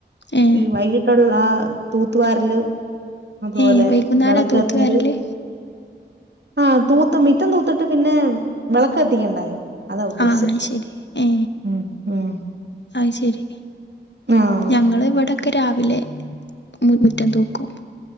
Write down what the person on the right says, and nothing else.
ഈ വൈകിട്ടുള്ള ആ തൂത്ത് വാരല് അതുപോലെ
വെടക്കത്തിീര്
ആഹ തൂത്ത് മിറ്റം തൂത്തിട്ട് പിന്നെ വിളക്ക് കത്തിക്കണ്ടായോ അതാ ഉദ്ദേശിച്ചെ
ഉം ഉം
ആഹ്